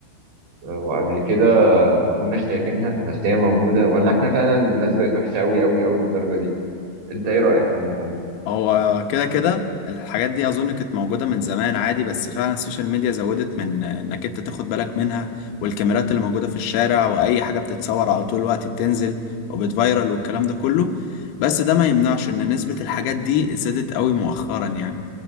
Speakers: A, on the right (about 60°); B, on the left (about 85°).
A: وقبل كده ما كناش شايفينها بس هي موجودة ولا احنا فعلا الناس بقت وحشة أوي أوي أوي للدرجة دي انت ايه رأيك عامة؟
B: هو كده كده الحاجات دي اظن كانت موجوده من زمان عادي بس فعلا السوشيال ميديا زودت من انك انت تاخد بالك منها والكاميرات اللي موجوده في الشارع واي حاجه بتتصور على طول الوقت بتنزل وبتفايرل والكلام ده كله بس ده ما يمنعش ان نسبه الحاجات دي زادت قوي مؤخرا يعني